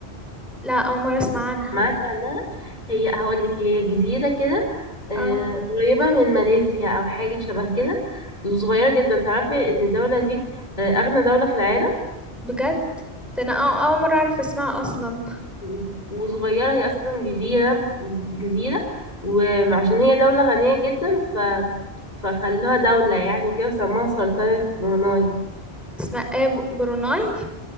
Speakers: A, in the centre; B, on the left.
A: لا اول مره اسمع عنها
B: معاك عنها هي هقولك هي جزيرة كده آه،
A: اه
B: قريبة من ماليزيا أو حاجة شبه كده صغيرة جدا تعرفي إن الدولة دي آه، أغنى دولة في العالم
A: بجد ده انا أو- اول مره اعرف اسمها اصلا
B: و- وصغيرة هي أصلا جزيرة جزيرة وعشان هي دولة غنية جدا ف فخلوها دولة يعني كده وسموها سلطنة بروناي
A: اسمها ايه ب- بروناي